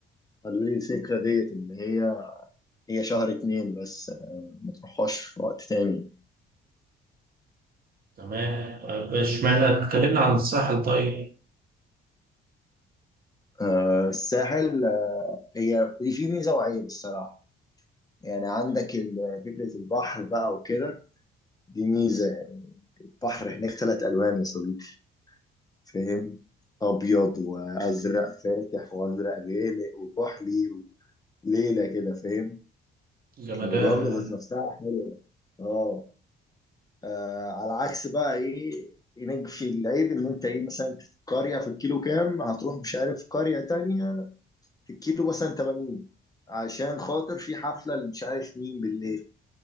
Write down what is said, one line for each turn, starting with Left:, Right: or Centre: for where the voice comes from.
Left: قالوا لي الفكرة ديت إن هي هي شهر اتنين بس آه، ما تروحهاش في وقت تاني
Right: تمام طيب اشمعنى اتكلمنا عن الساحل طيب
Left: آه، الساحل آه، هي في ميزة وعيب الصراحة يعني عندك ال- فكرة البحر بقى وكده دي ميزة بحر هناك ثلاث الوان يا صديقي فاهم ابيض وازرق فاتح وازرق غامق وكحلي وليله كده فاهم
Right: جمدان
Left: والرمله ذات نفسها حلوه اه آه، على عكس بقى ايه هناك في العيب ان انت ايه مثلا في القريه في الكيلو كام هتروح مش عارف قريه تانية في الكيلو مثلا 80 عشان خاطر في حفله اللي مش عارف مين بالليل